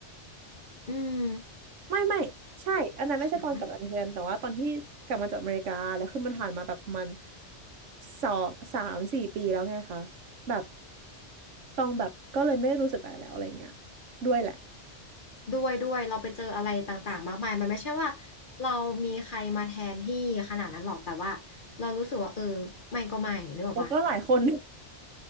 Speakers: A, on the left; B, on the right.
A: อืม
B: ไม่ไม่ใช่อันนั้นไม่ใช่ตอนกลับจากนิวซีแลนด์แต่ว่าตอนที่กลับมาจากอเมริกาแล้วคือมันผ่านมาแบบประมัน
A: ค่ะ
B: สองสามสี่ปีแล้วไงคะแบบตองแบบก็เลยไม่รู้สึกอะไรแล้วอะไรเงี้ยด้วยแหละ
A: ด้วยด้วยเราไปเจออะไรต่างๆมากมายมันไม่ใช่ว่าเรามีใครมาแทนที่ขนาดนั้นหรอกแต่ว่าเรารู้สึกว่าเออไม่ก็ไม่นึกออกปะ
B: โอ้ก็หลายคน